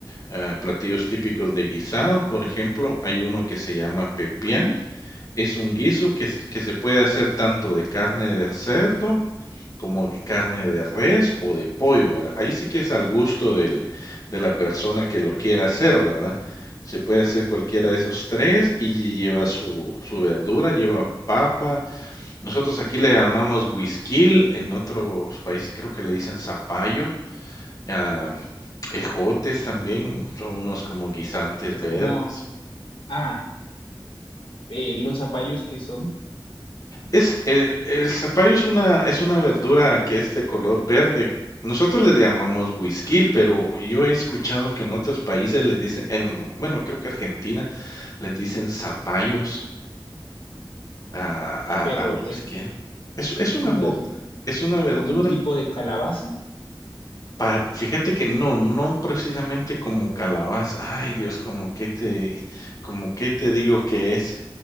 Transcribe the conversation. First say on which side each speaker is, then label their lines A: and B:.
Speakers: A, on the left (about 40°); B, on the left (about 75°).
A: eh, platillos típicos de guisado. Por ejemplo, hay uno que se llama pepián. Es un guiso que, se- que se puede hacer tanto de carne de cerdo como que carne de res o de pollo, ¿verdad? Ahí sí que es al gusto del, de la persona que lo quiera hacer, ¿verdad? Se puede hacer cualquiera de esos tres y lleva su, su verdura, lleva papa. Nosotros aquí le llamamos guisquil, en otros países creo que le dicen zapallo. ah, ejotes también, son unos como guisantes
B: Es
A: verdes.
B: como, ah, eh, los zapallos que son,
A: Es el, el zapallo es una es una verdura que es de color verde. Nosotros le llamamos huisquil, pero yo he escuchado que en otros países les dicen, en, bueno, creo que Argentina les dicen zapallos a, a,
B: pero
A: al güisquil.
B: es,
A: Es, es
B: es
A: una
B: como...
A: ver- es una verdura.
B: como un tipo de calabaza.
A: par- fíjate que no, no precisamente como calabaza. Ay, Dios, como que te, como que te digo que es.